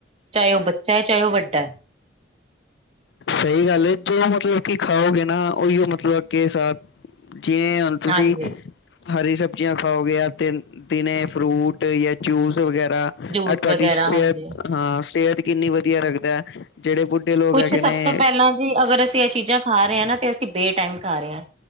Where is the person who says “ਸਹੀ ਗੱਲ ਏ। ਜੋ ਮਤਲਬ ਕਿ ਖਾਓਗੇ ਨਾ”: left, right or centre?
Left